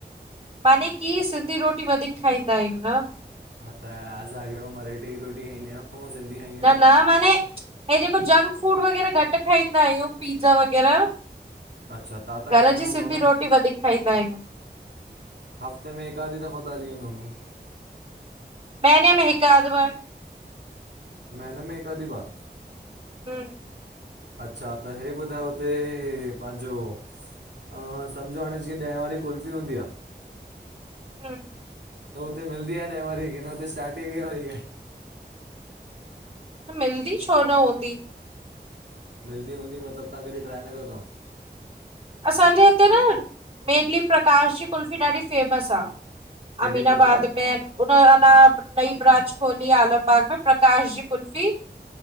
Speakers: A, on the right; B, on the right.
A: माने की सिंधी रोटी वधीक खाईंदा आहियूं न।
B: हा, त असां केड़ो मराठे जी रोटी खाईंदा आहियूं। ऊअं सिंधी आहियूं
A: न, न माने हे जेको जंक फूड वग़ैरह घट खाईंदा आहियूं, पिज़्ज़ा वग़ैरह।
B: अच्छा ताता
A: घर
B: खाईंदा
A: जी
B: हूंदव
A: सिंधी
B: न?
A: रोटी वधीक खाईंदा आहियूं।
B: हफ़्ते में हिक आधी दफ़ो त हली वेंदो हूंदो।
A: महीने में हिक अध बार।
B: महीने में हिक अधी बार।
A: हम्म
B: अच्छा, त हे ॿुधायो हुते पांजो आं, समझो हाणे जीअं ॾहें वारी कुल्फी हूंदी आ।
A: हम्म
B: त हुते मिलंदी आह न ॾहें वारी, कि न हुते स्टार्टिंग ई वीह वारी आ।
A: न मिलदी छो न हूंदी।
B: मिलदी हूंदी, मतलब तव्हां कॾहिं ट्राए न कयो तव?
A: असांजे हिते न, मेनली प्रकाश जी कुल्फी ॾाढी फेमस आ।
B: कहिड़ी
A: अमीनाबाद
B: प्रकार?
A: में उन अञा नई ब्रांच खोली आ आलमबाग में, प्रकाश जी कुल्फी।